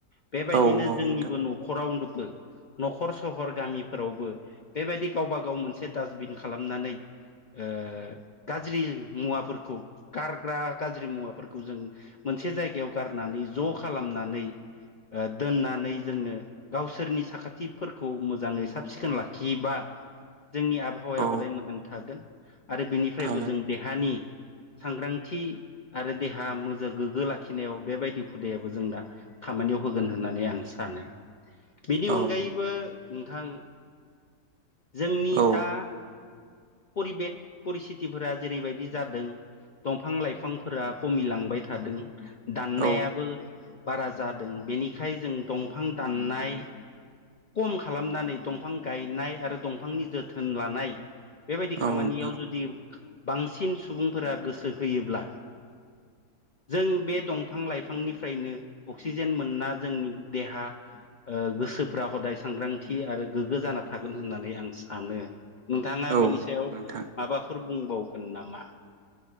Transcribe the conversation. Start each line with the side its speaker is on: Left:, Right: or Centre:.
Left: बेबायदिनो
Right: औ औ नोंथां
Left: जोंनिबो न'खरावनोबो न'खर सहर गामिफोरावबो बेबायदि गावबा गाव मोनसे डास्टबिन खालामनानै ओ गाज्रि मुवाफोरखौ गारग्रा गाज्रि मुवाफोरखौ जों मोन से जायगायाव गारनानै ज' खालामनानै ओ दोननानै जोङो गावसोरनि साखाथिफोरखौ मोजाङै साब सिखोन ला खिबा जोंनि आबहावाया
Right: औ
Left: हदाय मोजां थागोन। आरो बिनिफ्रायबो
Right: थागोन
Left: जों देहानि सांग्रांथि आरो देहा मोजां गोग्गो लाखिनायाव बेबायदि हुदायाबो जोंना खामानि होगोन होननानै आं सानो बेनि
Right: औ
Left: अनगायैबो नोंथां जोंनि
Right: औ
Left: दा परिबेक परिस्थिथिफोरा जेरैबायदि जादों दंफां लाइफांफोरा खमिलांबाय थादों दाननायाबो
Right: औ
Left: बारा जादों बेनिखाय जों दंफां दाननाय खम खालामनानै दंफां गायनाय आरो दंफांनि जोथोन लानाय बेबायदि
Right: नोंथां
Left: खामानियाव जुदि बांसिन सुबुंफोरा गोसो होयोब्ला जों बे दंफां लाइफांनिफ्रायनो अक्सिजेन मोनना जोंनि देहा ओ गोसोफ्रा हदाय सांग्रांथि आरो गोग्गो जाना थागोन होननानै आं सानो। नोंथाङा
Right: औ
Left: बिनि सायाव
Right: नोंथां
Left: माबाफोर बुंबावगोन नामा?